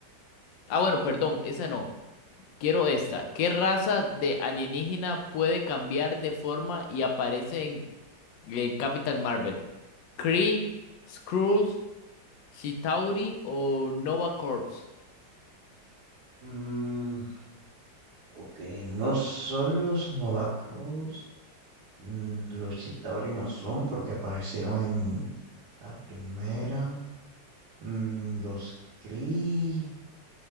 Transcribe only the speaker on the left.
Ah, bueno, perdón, esa no. Quiero esta. ¿Qué raza de alienígena puede cambiar de forma y aparece en, en Capitán Marvel? ¿Kree, Skrulls, Chitauri o Nova Corps?